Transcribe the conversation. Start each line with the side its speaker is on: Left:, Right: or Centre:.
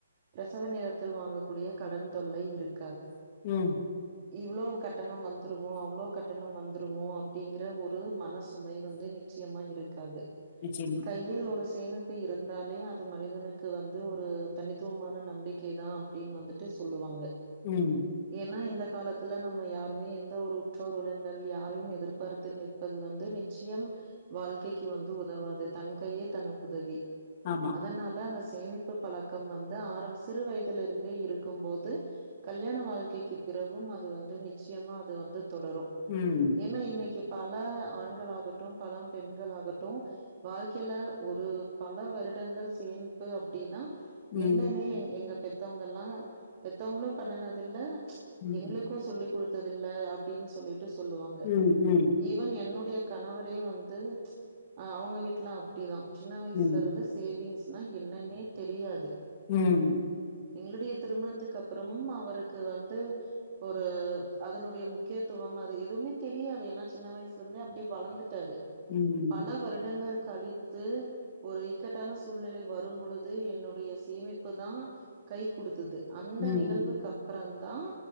Right: பிரசவ நேரத்தில் வாங்கக்கூடிய கடன் தொல்லை இருக்
Left: உம்
Right: இவ்ளோ கட்டணம் வந்துருமோ அவ்ளோ கட்டணம் வந்துருமோ அப்டிங்கற ஒரு மனசு சுமை வந்து நிச்சயமா இருக் காது
Left: நிச்சயமா
Right: கையில் ஒரு சேமி ப்பு இருந்தாலே அது மனிதனுக்கு வந்து ஒரு தனித்துவமான நம்பிக்கை தா அப்டின் வந்துட்டு சொல்லுவாங்க
Left: உம்
Right: ஏன்னா இந்த காலத்துல நம்ம யாருமே எந்த ஒரு உற்றார் உறவினர்கள் யாரையு எதிர்பார்த்து நிற்பது வந்து நிச்சயம் வாழ்க்கைக்கு வந்து உதவாது தன் கையே தனக்குதவி
Left: ஆமா
Right: அதனால அந்த சேமிப்பு பழக்கம் வந்து ஆரம்ப சிறு வயதிலே இருந்தே இருக்கு போது கல்யாண வாழ்க்கைக்கு பிறகும் அது வந்து நிச்சயமா அது வந்து தொடரு
Left: ம்
Right: ஏன்னா இன்னைக்கு பல ஆண்களாகட்டு பல பெண்களாகட்டு வாழ்க்கையில ஒரு பல வருடங்கள் சேமிப்பு அப்டின்னா
Left: ம்
Right: என்னனே எ எங்க பெத்தவங்கல்லா பெத்தவங்களு பண்ணுணதுல்ல
Left: ம்
Right: எங்ளுக்கு சொல்லி் கொ ந்ததில்ல அப்டின்னு சொல்லி ண்டு சொல்லுவாங்க
Left: ம் ம்
Right: ஈவன் என்னோட ஏ கணவரே வந்து அஹ் அவங்க வீட்டு லா அப்டி சின்ன வயசுலருந்து
Left: ம்
Right: சேவிங்ஸ் னா என்னன்னே தெரியாது
Left: உம்
Right: எங்ளுடைய திருமணத்துக்கு அப்பறமும் அவருக்கு வந்து ஒரு அதனுடைய முக்கியத்துவம் அது எதுவுமே தெரியாது ஏன்னா சின்ன வயசுலருந்தே அப்டி வளர்ந்து டாரு
Left: ம்
Right: பல வருடங்கள் கழித்து ஒரு இக்கட்டான சூழ்நிலை வரும் பொழுது என்னுடைய சேமிப்பு தா கை கொடுத்தது அந்த
Left: ம்
Right: நிகழ்வுக்கு அப்ற தா